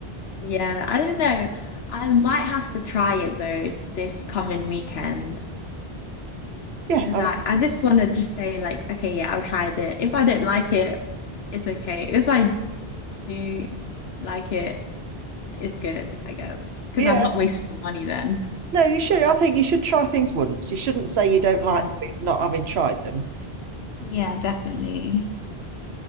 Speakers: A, on the left; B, on the right.
A: Yeah, I don't know. I might have to try it though this coming weekend
B: yeah,
A: because
B: I
A: I,
B: mean,
A: I just want to just say like, okay, yeah, I'll try it. If I don't like it, it's okay. If I do like it, it's good, I guess, because
B: yeah.
A: I've not wasted my money then.
B: No, you should. I think you should try things once. You shouldn't say you don't
A: Yeah.
B: like not having tried them.
A: Yeah, definitely.